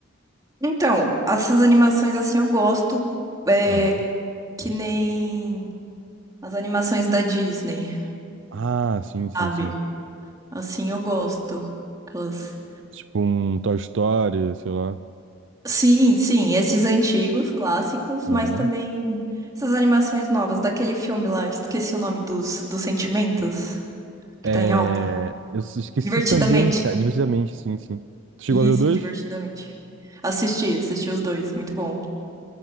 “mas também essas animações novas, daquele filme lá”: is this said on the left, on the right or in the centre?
Right